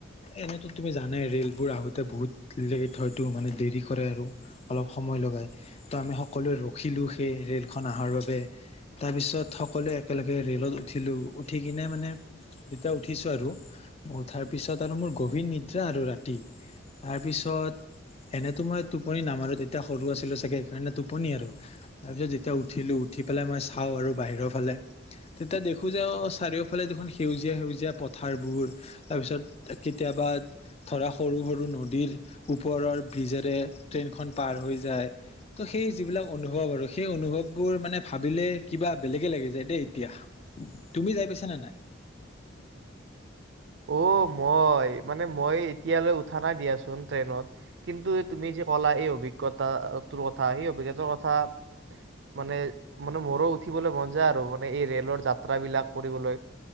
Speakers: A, on the left; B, on the right.
A: এনেতো তুমি জানাই ৰে'লবোৰ আহোঁতে বহুত লেট হয়তো মানে দেৰি কৰে আৰু। অলপ সময় লগাই তো আমি সকলোৱে ৰখিলোঁ সেই ৰে'লখন অহাৰ বাবে তাৰপিছত সকলোৱে একেলগে ৰে'লত উঠিলোঁ। উঠি কিনে মানে, যেতিয়া উঠিছো আৰু। উঠাৰ পিছত আৰু মোৰ গভীৰ নিদ্ৰা আৰু ৰাতি। তাৰপিছত এনেতো মই টোপনি নামাৰো তেতিয়া সৰু আছিলো চাগে সেইকাৰণে টোপনি আৰু তাৰ পিছত যেতিয়া উঠিলো উঠি পেলাই মই চাওঁ আৰু বাহিৰৰ ফালে তেতিয়া দেখো যে অ চাৰিওফালে দেখোন সেউজীয়া সেউজীয়া পথাৰবোৰ। তাৰপিছত কেতিয়াবা ধৰা সৰু সৰু নদীৰ ওপৰৰ বিজেৰে ট্ৰেইনখন পাৰ হৈ যায় ত' সেই যিবিলাক অনুভৱ আৰু সেই অনুভৱবোৰ মানে ভাবিলে কিবা বেলেগে লাগি যায় দেই এতিয়া। তুমি যাই পাইছানে নাই?
B: অ মই মানে মই এতিয়ালৈ উঠা নাই দিয়াচোন ট্ৰেইনত। কিন্তু তুমি যি ক'লা এই অভিজ্ঞতাটোৰ কথা সেই অভিজ্ঞতাৰ কথা মানে মানে মোৰো উঠিবলৈ মন যায় আৰু মানে এই ৰেলৰ যাত্ৰা বিলাক কৰিবলৈ।